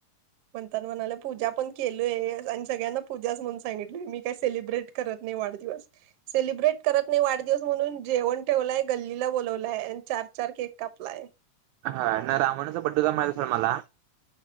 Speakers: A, on the right; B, on the right.
A: म्हणताना म्हणाले पूजा पण केलोय. आणि सगळ्यांना पूजाच म्हणून सांगितलोय. मी काय सेलिब्रेट करत नाही वाढदिवस. सेलिब्रेट करत नाही वाढदिवस म्हणून, जेवण ठेवलाय गल्लीला, बोलावलाय आणि चार चार केक कापलाय.
B: हा रामूनचा बंडू दा माहित आहे सोड मला.